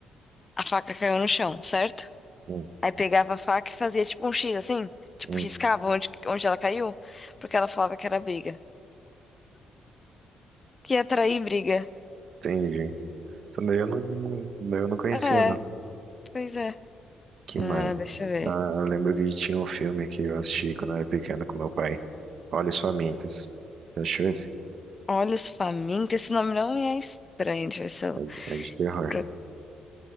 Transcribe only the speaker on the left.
A faca caiu no chão, certo?
Aí pegava a faca e fazia tipo um X assim, tipo
riscava onde, onde ela caiu, porque ela falava que era briga. Que ia atrair briga.
É,
pois é.
Ah,
deixa eu ver.
Olhos famintos, esse nome não me é estranho, deixa eu ver se eu...
pro-